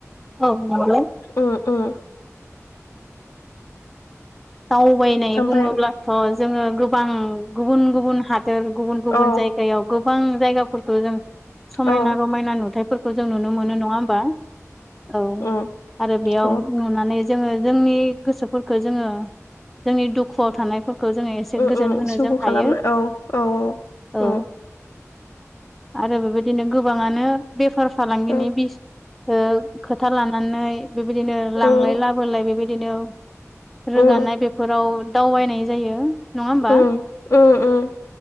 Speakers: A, in the centre; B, on the left.
A: औ नंगौ
B: उम उम
A: दावबायनाय
B: ओमफ्राय
A: बुङोब्लाथ जोंङो गोबां गुबुन गुबुन हाद गुबुन गुबुन
B: औ
A: जायगायाव गोबां जायगाफोरखौ जों समायना
B: औ
A: रमायना नुथायफोरखौ जों नुनो मोनो नङा होमबा औ
B: उम
A: आरो बेयाव
B: औ
A: नुनानै जोङो जोंनि गोसोफोरखौ जोङो जोंनि दुखुआव थानाय फोरखौ जोंङो एसे
B: उम
A: गोजोन
B: उम
A: होनो
B: सुगु
A: जों हायो
B: खालामनो औ औ
A: औ
B: उम
A: आरो बेबायदिनो गोबाङानो बेफार फालांगिनि
B: उम
A: बिस ओ खोथा लानानै बेबायदिनो लांलाय
B: उम
A: लाबोलाय बेबायदिनो रोगानाय
B: उम
A: बेफोराव दावबायनाय जायो नङा होमबा
B: उम उम उम